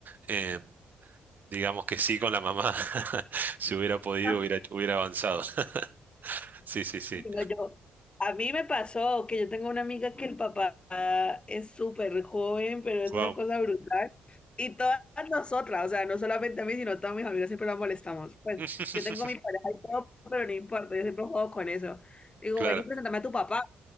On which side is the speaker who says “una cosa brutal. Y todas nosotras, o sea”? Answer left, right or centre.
Left